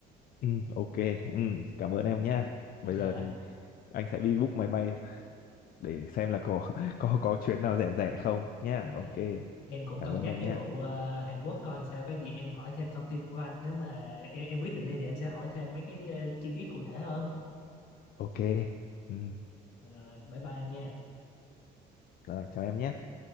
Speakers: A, on the left; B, on the left.
A: ừm, ok ừm, cảm ơn em nhá bây
B: dạ
A: giờ thì anh sẽ đi book máy bay để xem là có <laughs> có có chuyến nào rẻ rẻ không nhá
B: dạ.
A: ok
B: em cũng
A: cảm
B: cân
A: ơn
B: nhắc
A: em
B: cái
A: nhá
B: vụ ờ, Hàn Quốc coi sao có gì em hỏi thêm thông tin của anh nếu mà em em quyết định đi thì em sẽ hỏi thêm mấy cái ờ, chi tiết cụ thể hơn
A: ok Ừm,
B: rồi bye bye anh nha
A: rồi chào em nhé